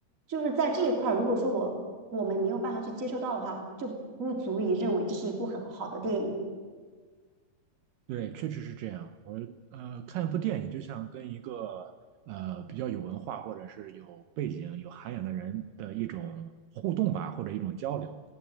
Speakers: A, on the right (about 20°); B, on the right (about 75°).
A: 就是在这一块儿，如果说我我们没有办法去接收到的话，就不足以认为这是一部很好的电影。
B: 对，确实是这样。我呃看一部电影，就像跟一个呃比较有文化或者是有背景、有涵养的人的一种互动吧，或者一种交流。